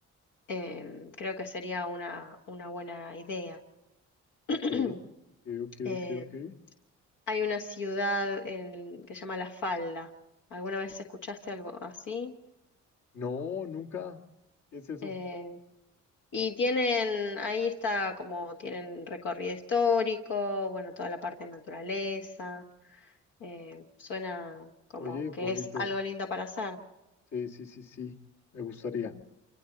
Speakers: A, on the left; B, on the left.
A: eh, creo que sería una, una buena idea. <clears throat>
B: ok, ok, ok, ok,
A: Eh,
B: ok, ok.
A: hay una ciudad en- que se llama La Falda. ¿Alguna vez escuchaste algo así?
B: No, nunca. ¿Qué es eso?
A: Eh, Y tienen, ahí está como tienen recorrido histórico, bueno, toda la parte de naturaleza. eh, suena como
B: Oye,
A: que
B: bonito.
A: es algo lindo para hacer.
B: Sí, sí, sí, sí. Me gustaría,
A: Mm.